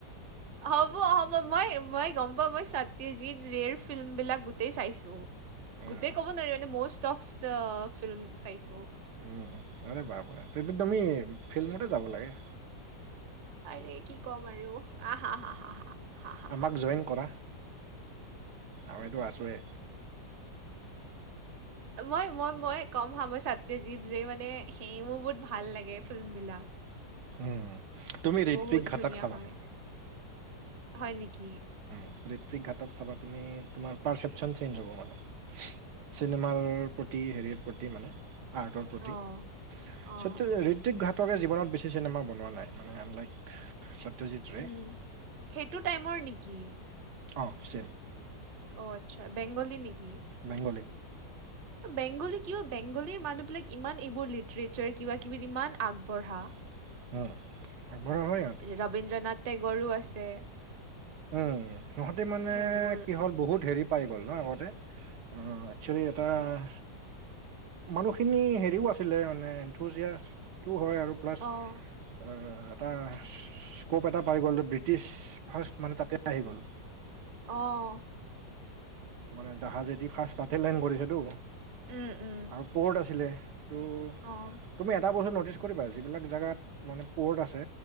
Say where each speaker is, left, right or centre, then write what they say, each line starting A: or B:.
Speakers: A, on the right; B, on the right.
A: হ'ব হ'ব, মই মই গম পাওঁ মই সত্যজিত ৰেৰ ফিল্মবিলাক গোটেই চাইছোঁ।
B: উম,
A: গোটেই ক'ব নোৱাৰি মানে মোষ্ট অফ দা ফিল্ম চাইছো।
B: উমঁ' আৰে বাপৰে, তেতিয়া তুমি ফিল্মমতে যাব লাগে।
A: আৰে কি ক'ম আৰু। আহ' হা হা হা। হা হা হা
B: আমাক
A: হা
B: জইন কৰা। আমিতো আছোৱে।
A: মই মই মই কম হা সাট্যজিতৰেই মানে সেই বোৰ বহুত ভাল লাগে ফিল্মবিলাক।
B: উমঁ' তুমি ৰেতপিক
A: বহুত ধুনীয়া
B: ঘাতক চাবা।
A: হয় হয়
B: উমঁ'
A: নেকি
B: ৰেলত পিক ঘাটক চাবা তুমি তোমাৰ পাৰ্চেপচন চেঞ্জ হ'ব মানে। চিনেমাৰ প্ৰতি হেৰিৰ প্ৰতি মানে। আৰ্টৰ প্ৰতি।
A: অঁ অঁ
B: সট্য ঋক্তিক ঘাটকে জীৱনত বেছি চিনেমা বনোৱা নাই মানে আনলাইক
A: উমঁ'
B: সত্যজিত ৰে
A: সেইটো টাইমৰ নেকি?
B: অ চেম
A: অহ' আচ্ছা' বেংগলী নেকি?
B: বেংগলী
A: বেংগলী কিয়- বেংগলীৰ মানুহবিলাক ইমান এইবোৰ লিটাৰেচাৰ, কিবাকিবিত ইমান আগবঢ়া।
B: উমঁ। আগবঢ়া হয়।
A: ৰবীন্দ্ৰনাথ টেগৰো আছে।
B: উমঁ' সিহঁতে মানে
A: সেইবোৰ
B: কি হ'ল বহুত হেৰি- পাই গ'ল ন' আগতে অহ' এক্সুৱেলী এটা- মানুহখিনি হেৰিও আছিলে মানে এনথজিয়া এটোও হয় আৰু। আৰু প্লাচ
A: অঁ
B: আহ' এটা স্কোপ এটা পাই গ'ল টো ব্ৰিটিছ ফাৰ্ষ্ট মানে তাতে আহি গ'ল।
A: অঁহ।
B: মানে জাহাজেদি ফাৰ্ষ্ট তাতে লেন কৰিছেতো।
A: উম, উম,
B: আৰু পৰ্ট আছিলে সেইতো
A: অঁ
B: তুমি এটা বস্তু ন'টিছ কৰিবা যিবিলাক জাগাত মানে প'ৰ্ট আছে